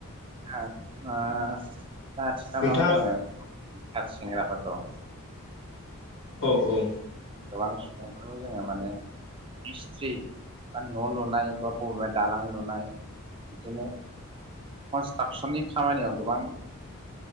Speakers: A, on the right; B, on the left.
A: ओ ओ दा आथिखालाव
B: नोंथाङा
A: जोङो <unintelligible> सेंग्राफोरखौ
B: औ औ
A: गोबां सुबुंफोरखौ जोङो माने मिस्थ्रि बा न' लुनाय बा बबेबा दालां लुनाय बिदिनो कनस्ट्राकसननि खामानियाव गोबां